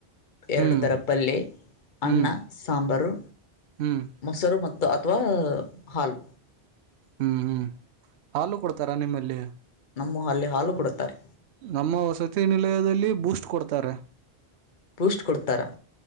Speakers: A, on the right (about 80°); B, on the left (about 50°).
A: ಹ್ಮ್
B: ಎರಡು ತರ ಪಲ್ಯ ಅನ್ನ
A: ಹ್ಮ್
B: ಸಾಂಬಾರು
A: ಹ್ಮ್
B: ಮೊಸರು. ಮತ್ತು ಅಥವಾ ಹಾಲು
A: ಹ್ಮ್ ಹ್ಮ್ ಹಾಲು ಕೊಡ್ತಾರಾ ನಿಮ್ಮಲ್ಲಿ
B: ನಮ್ಮ ಅಲ್ಲಿ ಹಾಲು ಕೊಡುತ್ತಾರೆ
A: ನಮ್ಮ ವಸತಿ ನಿಲಯದಲ್ಲಿ ಬೂಸ್ಟ್ ಕೊಡ್ತಾರೆ
B: ಬೂಸ್ಟ್ ಕೊಡ್ತಾರ